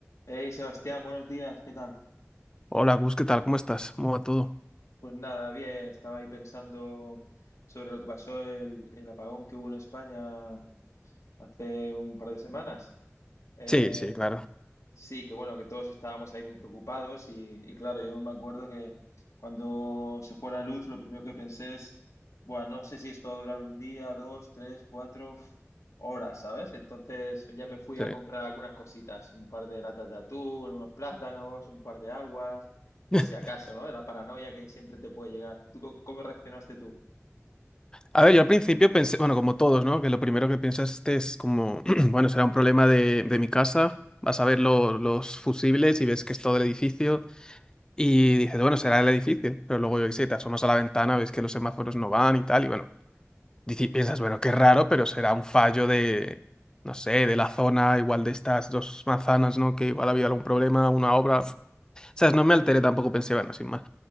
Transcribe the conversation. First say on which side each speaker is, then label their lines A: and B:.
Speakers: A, on the left; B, on the left.
A: Hey Sebastián, buenos días, ¿qué tal?
B: Hola, Gus, ¿qué tal? ¿Cómo estás? ¿Cómo va todo?
A: Pues nada, bien, estaba ahí pensando sobre lo que pasó el, el apagón que hubo en España hace un par de semanas. Eh,
B: Sí, sí, claro.
A: Sí, que bueno, que todos estábamos ahí muy preocupados y, y claro, yo me acuerdo que cuando se fue la luz, lo primero que pensé es, bueno, no sé si esto va a durar un día, dos, tres, cuatro uf, horas, ¿sabes? Entonces ya me fui
B: Sí.
A: a comprar algunas cositas, un par de latas de atún, unos plátanos, un par de aguas, por
B: <laughs>
A: si acaso, ¿no? De la paranoia que siempre te puede llegar. ¿Tú co- cómo reaccionaste tú?
B: A ver, yo al principio pensé, bueno, como todos, ¿no? Que lo primero que piensas este es como, <clears throat> bueno, será un problema de, de mi casa. Vas a ver lo- los fusibles y ves que es todo el edificio y dices, bueno, será el edificio. Pero luego yo qué sé, te asomas a la ventana, ves que los semáforos no van y tal. Y bueno, dici- piensas, bueno, qué raro, pero será un fallo de, no sé, de la zona, igual de estas dos manzanas, ¿no? Que igual había algún problema, una obra. O sea, no me alteré tampoco, pensé, bueno, sin más.